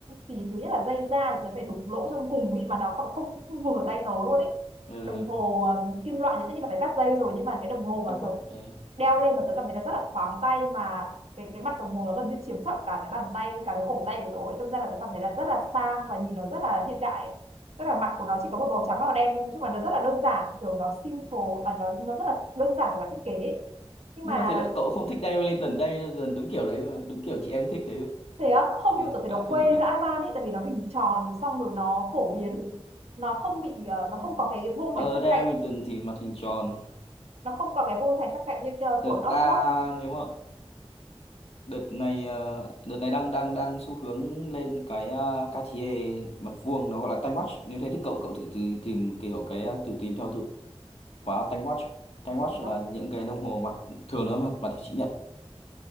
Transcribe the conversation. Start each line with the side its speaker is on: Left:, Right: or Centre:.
Right: thì thứ nhất là dây da thì tớ phải đục lỗ trong cùng ý mà nó còn không, không vừa tay tớ luôn ấy
Left: ờ,
Right: đồng hồ ờ, kim loại thì tất nhiên là phải cắt dây rồi nhưng mà cái đồng hồ
Left: cắt
Right: mà kiểu
Left: mắt ờ.
Right: đeo lên mà tớ cảm thấy nó rất là thoáng tay mà cái cái mặt đồng hồ nó gần như chiếm trọn cả cái bàn tay cả cái cổ tay của tớ ấy. đâm ra là tớ cảm thấy là rất là sang và nhìn nó rất là hiện đại ấy tức là mặt của nó chỉ có một màu trắng và màu đen thôi nói chung là nó rất là đơn giản kiểu nó simple à, nó nó rất là đơn giản về mặt thiết kế ấy. nhưng
Left: nhưng
Right: mà
Left: mà thế là cậu không thích Diane Wellington Diane Wellington đúng kiểu đấy mà đúng kiểu chị em thích đấy
Right: thế á không
Left: mà
Right: nhưng mà tôi thấy
Left: cậu
Right: nó
Left: lại không
Right: quê
Left: thích à
Right: ra Aman ấy tại vì nó hình tròn xong rồi nó phổ biến nó không bị ờ, nó không có cái cái vuông
Left: ờ
Right: thành sắc
Left: Diane
Right: cạnh
Left: Wellington thì mặt hình tròn
Right: nó không có cái vuông thành sắc cạnh như ờ,
Left: thực
Right: của North
Left: ra
Right: Rock
Left: nếu mà đợt này ờ, đợt này đang đang đang xu hướng lên cái uh, Cartier mặt vuông nó gọi là time watch nếu thế thì cậu cậu thử, thử tìm kiểu cái ờ, thử tìm theo từ khóa time watch time watch
Right: đó.
Left: là những cái đồng hồ mặt thường nó mặt mặt hình chữ nhật